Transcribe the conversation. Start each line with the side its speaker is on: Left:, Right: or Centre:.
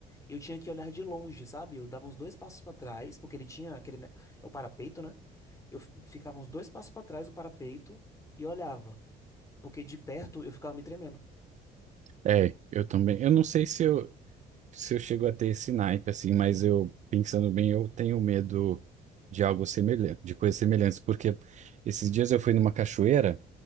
Left: eu tinha que olhar de longe, sabe? Eu dava uns dois passos pra trás, porque ele tinha aquele, ne- o parapeito, né? Eu f- ficava uns dois passos pra trás do parapeito e olhava, porque de perto eu ficava me tremendo.
Right: É, eu também. Eu não sei se eu. se eu chego a ter esse naipe, assim, mas eu, pensando bem, eu tenho medo de algo semelhante, de coisas semelhantes, porque esses dias eu fui numa cachoeira,